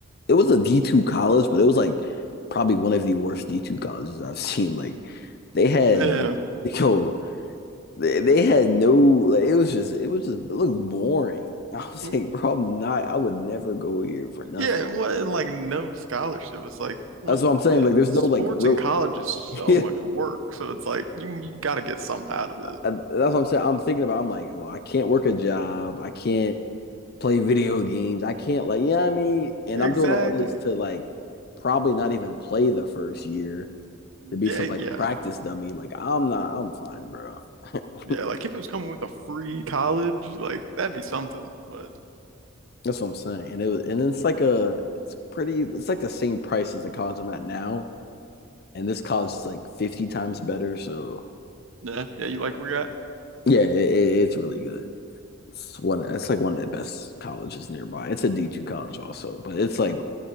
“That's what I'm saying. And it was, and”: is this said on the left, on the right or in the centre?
Left